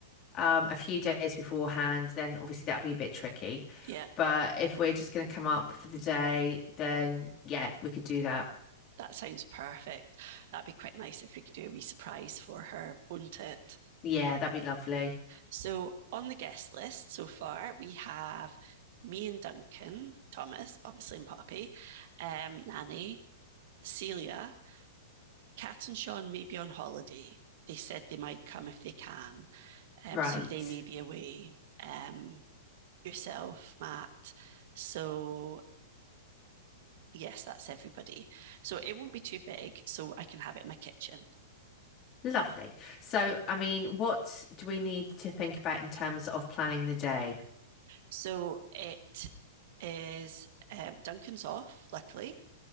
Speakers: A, on the left; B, on the right.
A: um, a few days beforehand, then obviously that'd be a bit tricky.
B: Yeah,
A: But if we're just going to come up for the day, then yeah, we could do that.
B: that sounds perfect. That'd be quite nice if we could do a wee surprise for her, wouldn't it?
A: Yeah, that'd be lovely.
B: So, on the guest list so far, we have me and Duncan, Thomas, obviously, and Poppy, um, Nanny, Celia, Kat and Sean may be on holiday. They said they might come if they can. Um,
A: Right.
B: so they may be away. Um, yourself, Matt. So yes, that's everybody. So it won't be too big, so I can have it in my kitchen.
A: Lovely. So, I mean, what do we need to think about in terms of planning the day?
B: So it is um, Duncan's off, luckily.